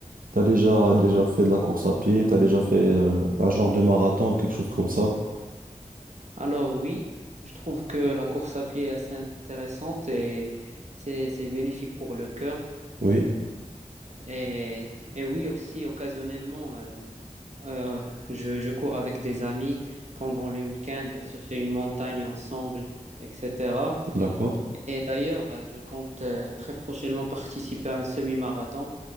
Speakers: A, on the right (about 85°); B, on the right (about 55°).
A: T'as déjà, déjà fait de la course à pied, t'as déjà fait euh, un genre de marathon ou quelque chose comme ça?
B: Alors oui, je trouve que la course à pied est assez intéressante et c'est c'est bénéfique pour le cœur.
A: Oui,
B: Et, et oui, aussi, occasionnellement, euh, euh, je, je cours avec des amis pendant les week-ends, on se fait une montagne ensemble, etc.
A: d'accord.
B: Et d'ailleurs, euh, je compte euh, très prochainement participer à un semi-marathon